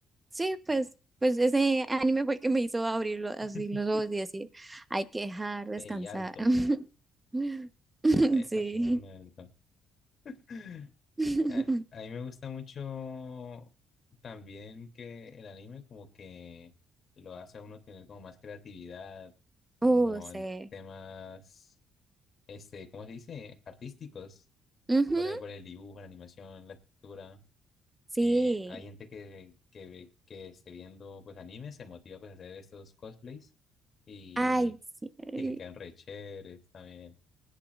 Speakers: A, on the right; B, on the left.
A: sí, pues. Pues ese anime fue el que me hizo abrirlo así
B: <laughs>
A: los ojos y decir, hay que dejar descansar.
B: Ey, alto. <laughs>
A: <laughs>
B: Ay,
A: Sí.
B: A poner un alto. <laughs>
A: <laughs>
B: Eh, a mí me gusta mucho también que el anime como que lo hace a uno tener como más creatividad, como
A: Uh, sí.
B: en temas, este, ¿cómo se dice? Artísticos,
A: Ujú,
B: por el, por el dibujo, la animación, la escritura.
A: sí.
B: Eh, hay gente que, que, ve- que esté viendo pues anime, se motiva pues a hacer estos cosplays y,
A: Ay, sí. ay,
B: y le quedan re chéveres también.